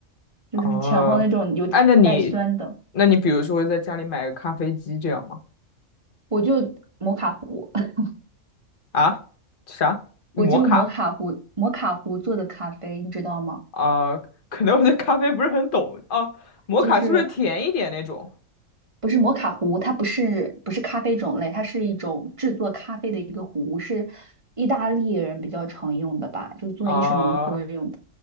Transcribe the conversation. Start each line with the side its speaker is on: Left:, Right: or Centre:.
Right: 就是浅烘那种有点带酸的。
Left: 哦，哎，那你，那你比如说会在家里买个咖啡机这样吗？
Right: 我就摩卡壶，<laughs>
Left: 啊，啥？摩卡？
Right: 我就用摩卡壶，摩卡壶做的咖啡，你知道吗？
Left: 啊、可能我对咖啡不是很懂哦。摩卡是不是甜一点那种？
Right: 就是不是摩卡壶，它不是不是咖啡种类，它是一种制作咖啡的一个壶，是意大利人比较常用的吧，就是做意式浓缩用的。
Left: 啊、